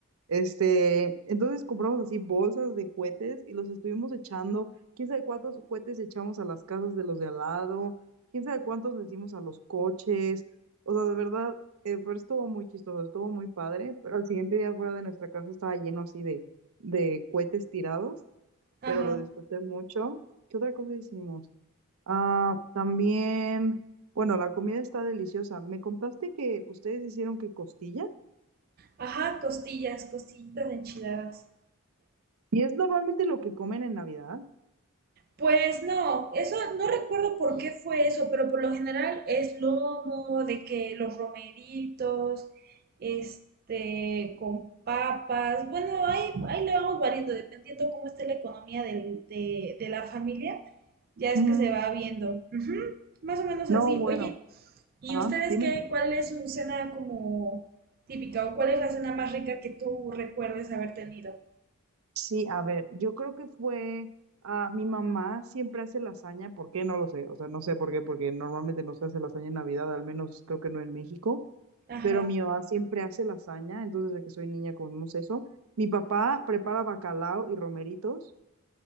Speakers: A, on the right (about 80°); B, on the right (about 45°).
A: Este, entonces compramos así bolsas de cohetes y los estuvimos echando. ¿Quién sabe cuántos cohetes echamos a las casas de los de al lado? ¿Quién sabe cuántos le dimos a los coches? O sea, de verdad, eh, pero estuvo muy chistoso, estuvo muy padre. Pero al siguiente día fuera de nuestra casa estaba lleno así de, de cohetes tirados,
B: ajá,
A: pero lo disfruté mucho. ¿Qué otra cosa hicimos? Ah, también, bueno, la comida está deliciosa. Me contaste que ustedes hicieron que costilla
B: ajá, costillas, costillitas enchiladas.
A: y es normalmente lo que comen en Navidad.
B: Pues no, eso no recuerdo por qué fue eso, pero por lo general es lomo, de que los romeritos, este, con papas. Bueno, ahí, ahí le vamos variando, dependiendo cómo esté la economía del- de, de la familia. ya es
A: Ujú.
B: que se va viendo. Ujú, Más o menos
A: No,
B: así.
A: bueno,
B: Oye, ¿y
A: ajá,
B: ustedes
A: dime.
B: qué? ¿Cuál es su cena como típica o cuál es la cena más rica que tú recuerdes haber tenido?
A: Sí, a ver, yo creo que fue, ah, mi mamá siempre hace lasaña, ¿por qué? No lo sé, o sea, no sé por qué, porque normalmente no se hace lasaña en Navidad, al menos creo que no en México,
B: Ajá.
A: pero mi mamá siempre hace lasaña, entonces desde que soy niña comemos eso. Mi papá prepara bacalao y romeritos.